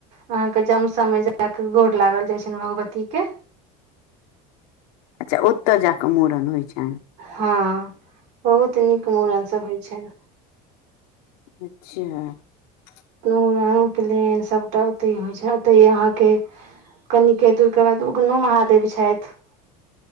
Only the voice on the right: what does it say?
अहाँके जमसम मे जााक गोर लागल जाइ छ भगवती के।
हँ बहुत नीक मुूड़नसभ होइ छनि। <unintelligible>
नूड़न उपनयन सभटा ओतहि होइ छै ओतहि अहाँके कनिके दूरके बाद उगनो महादेव छथि। <unintelligible>